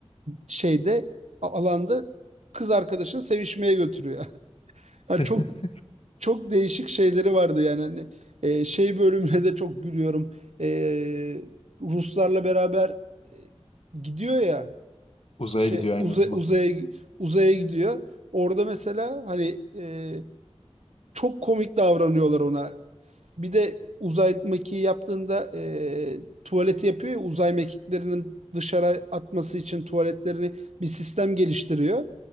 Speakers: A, on the right (about 85°); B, on the left (about 65°).
A: şeyde a- alanda kız arkadaşını sevişmeye götürüyor. <laughs> Yani
B: <laughs>
A: çok çok değişik şeyleri vardı yani hani e, şey bölümüne de çok gülüyorum. E, Ruslarla beraber e, gidiyor ya
B: Uzaya
A: şey
B: gidiyor
A: uza-
B: aynen. Ma-
A: uzaya uzaya gidiyor. Orada mesela hani e, çok komik davranıyorlar ona. Bir de uzay mekiği yaptığında e, tuvaleti yapıyor ya uzay mekiklerinin dışarı atması için tuvaletlerini bir sistem geliştiriyor.